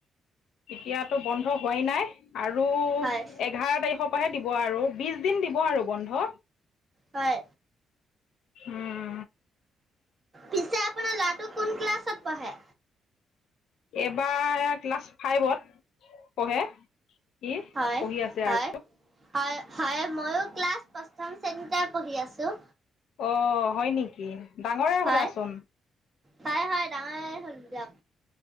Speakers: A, on the left; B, on the right.
A: এতিয়াতো বন্ধ হোৱাই নাই। আৰু
B: হয়
A: এঘাৰ তাৰিখৰ পৰাহে দিব আৰু বিশ দিন দিব আৰু বন্ধ।
B: হয়।
A: উম।
B: পিছে আপোনাৰ ল'ৰাটো কোন ক্লাছত পঢ়ে?
A: এইবাৰ ক্লাছ ফাইভত পঢ়ে। সি
B: হয়
A: পঢ়ি আছে
B: হয়।
A: আৰু
B: হয় হয় ময়ো ক্লাছ পঞ্চম শ্ৰেণীতে পঢ়ি আছোঁ।
A: অ হয় নেকি ডাঙৰে
B: হয়
A: হ'লাচোন।
B: হয় হয় ডাঙৰে হ'লো দিয়ক।